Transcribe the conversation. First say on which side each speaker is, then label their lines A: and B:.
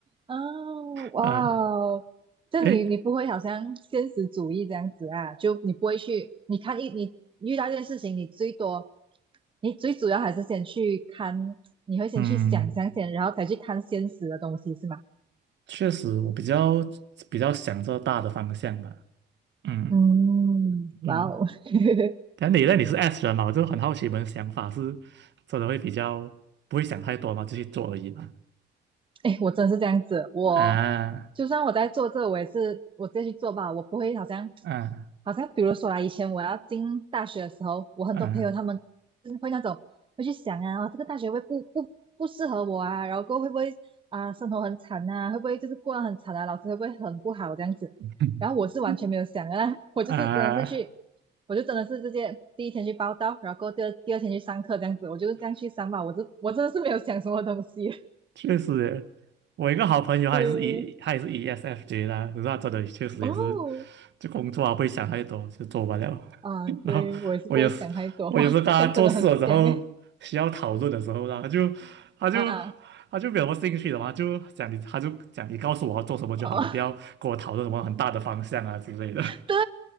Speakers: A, on the right; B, on the right.
A: 哦，哇哦，
B: 啊，
A: 就你你不会好像现实主义这样子啊？
B: 诶，
A: 就你不会去，你看一你遇到一件事情，你最多，你最主要还是先去看，你会先去想象先，
B: 嗯，
A: 然后才去看现实的东西是吗？
B: 确实我比较比较想这大的方向吧。嗯
A: 嗯，
B: 嗯，
A: 哇哦，<laughs>
B: 但你那你是 S 人嘛，我就很好奇你们想法是真的会比较不会想太多嘛，就去做而已嘛。
A: 哎，我真的是这样子，我就算我在做这个，
B: 啊
A: 我也是我自己去做吧，我不会好像
B: 啊
A: 好像比如说啊，以前我要进大学的时候，我很多朋友他们是会那种会去想啊，
B: 啊
A: 哦这个大学会不不不适合我啊，然后过后会不会啊生活很惨啊，会不会就是过得很惨啊，老师会不会很不好这样子，
B: <laughs>
A: 然后我是完全没有想啊，<laughs> 我就是真的是去，
B: 啊，
A: 我就真的是直接第一天去报到，然后过后第二第二天去上课这样子，我就是这样去上吧，我这我真的是没有想什么东西，<laughs>
B: 确实耶，我一个好朋友，他也是
A: 对。
B: E，他也是 ESFJ 啦，可是他真的确实也是，
A: 哦，
B: 就工作啊不会想太多，就做完了。
A: 啊，
B: <laughs> 然后我也是，
A: 对，我也是不会想太多，
B: 我有时候大家做事的时候需要讨论的时候啦，
A: 哇，这样真的很香诶，
B: 他就他就
A: 啊，
B: 他就没有什么兴趣的嘛，就讲你，他就讲你告诉我要做什么就好，
A: 哦，
B: 你不要跟我讨论什么很大的方向啊之类的。
A: <laughs> 对，